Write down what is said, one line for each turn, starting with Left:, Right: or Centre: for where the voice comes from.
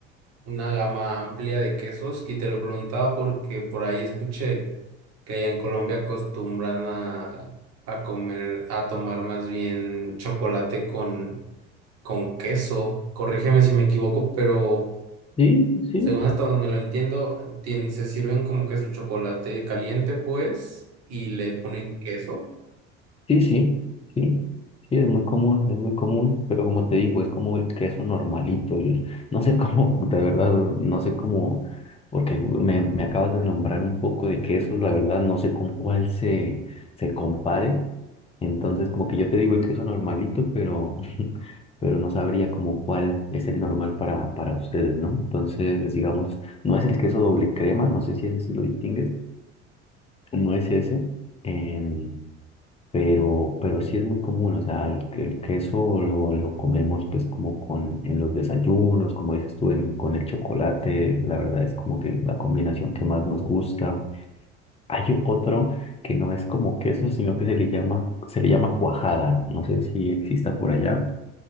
Right: una gama amplia de quesos y te lo preguntaba porque por ahí escuché que allá en Colombia acostumbran a, a comer, a tomar más bien chocolate con, con queso. Corrígeme si me equivoco, pero
Left: Sí, sí.
Right: según hasta donde lo entiendo, tien- se sirven como que su chocolate caliente, pues, y le ponen queso.
Left: Sí, sí, sí, sí, es muy común, es muy común, pero como te digo, es como el queso normalito, el, no sé <laughs> cómo, de verdad, no sé cómo, porque me, me acabas de nombrar un poco de quesos, la verdad, no sé con cuál se, se compare, entonces como que yo te digo el queso normalito, pero, pero no sabría como cuál es el normal para, para ustedes, ¿no? Entonces, digamos, no es el queso doble crema, no sé si ese sí lo distingues, no es ese, em, pero, pero sí es muy común, o sea, el, el queso lo, lo comemos pues como con, en los desayunos, como dices tú, en- con el chocolate, la verdad es como que la combinación que más nos gusta. Hay otro que no es como queso, sino que se le llama, se le llama cuajada, no sé si exista por allá.